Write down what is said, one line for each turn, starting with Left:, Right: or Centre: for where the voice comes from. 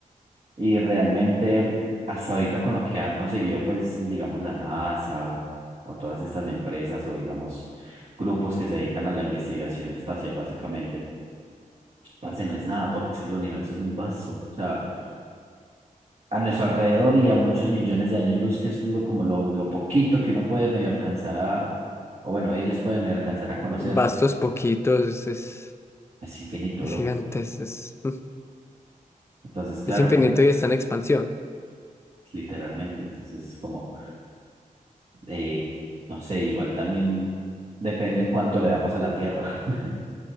Right: Y realmente, hasta ahorita con lo que han conseguido, pues, digamos, la NASA o todas estas empresas o, digamos, grupos que se dedican a la investigación espacial, básicamente, parce, no es nada, porque es que el universo es muy vasto. O sea, a nuestro alrededor y a muchos millones de años luz, que es lo, como lo, lo poquito que uno puede medio alcanzar a, o bueno, ellos pueden medio alcanzar a conocer.
Left: Vastos, poquitos, es, es,
Right: Es infinito,
Left: es
Right: bro.
Left: gigante, es, es-
Right: Entonces, claro,
Left: es infinito y está en expansión.
Right: literalmente. Entonces es como, eh, no sé, igual también depende cuánto le damos a la Tierra. <laughs>